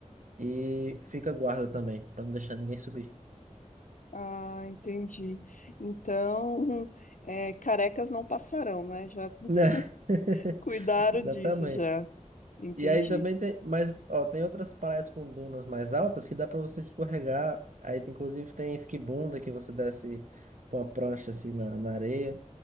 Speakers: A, on the right; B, on the left.
A: e fica guarda também, pra não deixar ninguém subir.
B: Ah, entendi. Então, <laughs> é, carecas não passarão, né? Já <laughs>
A: Né? <laughs>
B: cuidaram
A: Exatamente.
B: disso, já. Entendi.
A: E aí também tem, mas ó, tem outras praias com dunas mais altas que dá pra você escorregar. Aí tem- inclusive tem esquibunda que você desce com a prancha assim na, na areia.